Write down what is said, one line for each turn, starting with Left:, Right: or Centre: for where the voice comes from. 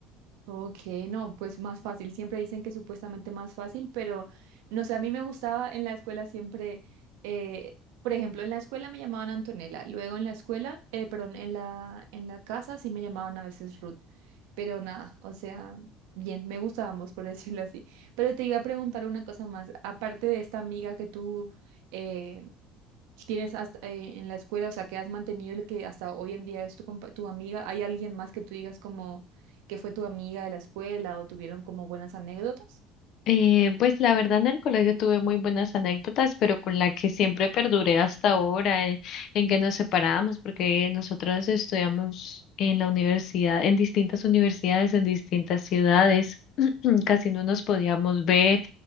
Right: Ok, no, pues más fácil, siempre dicen que supuestamente más fácil, pero no sé, a mí me gustaba en la escuela siempre, eh, por ejemplo, en la escuela me llamaban Antonella, luego en la escuela, eh, perdón, en la, en la casa sí me llamaban a veces Ruth, pero nada, o sea, bien, me gustábamos, por <laughs> decirlo así. Pero te iba a preguntar una cosa más, aparte de esta amiga que tú... eh, tienes hasta, eh, en la escuela, o sea, que has mantenido el que hasta hoy en día es tu, compa- tu amiga? ¿Hay alguien más que tú digas como que fue tu amiga de la escuela o tuvieron como buenas anécdotas?
Left: Eh, pues la verdad en el colegio tuve muy buenas anécdotas, pero con la que siempre perduré hasta ahora, eh, en, que nos separamos, porque nosotros estudiamos en la universidad, en distintas universidades, en distintas ciudades, <clears throat> casi no nos podíamos ver.